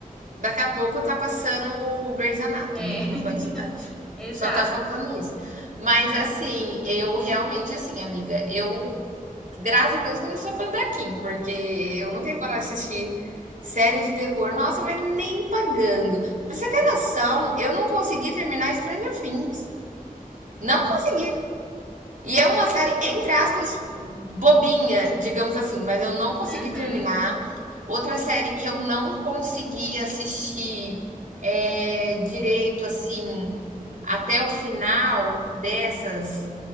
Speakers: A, on the right; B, in the centre.
A: Daqui a pouco tá passando o Grey's Anatomy
B: É, <laughs>
A: em quantidade. Só
B: exato.
A: tá faltando isso. Mas
B: É.
A: assim, eu realmente assim, amiga, eu graças a Deus que eu não sou fã da Kim, porque eu não tenho para assistir série de terror. Nossa, mas nem pagando. Pra você ter noção, eu não consegui terminar Stranger Things. Não consegui. E é uma série, entre aspas, bobinha, digamos assim, mas eu não consegui
B: Uhum.
A: terminar. Outra série que eu não consegui assistir eh, direito, assim, até o final dessas,